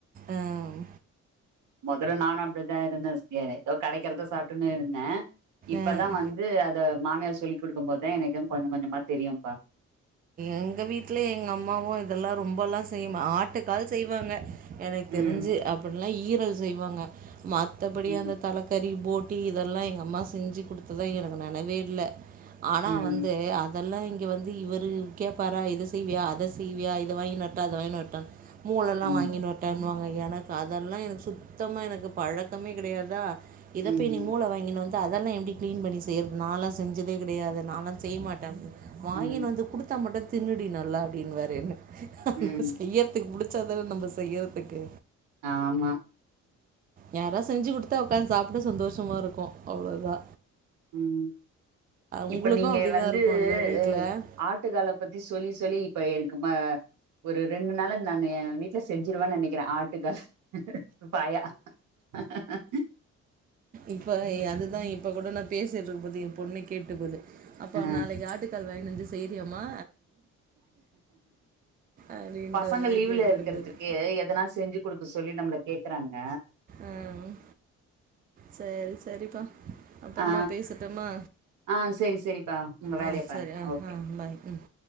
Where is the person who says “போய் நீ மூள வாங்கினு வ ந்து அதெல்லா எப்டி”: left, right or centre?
Right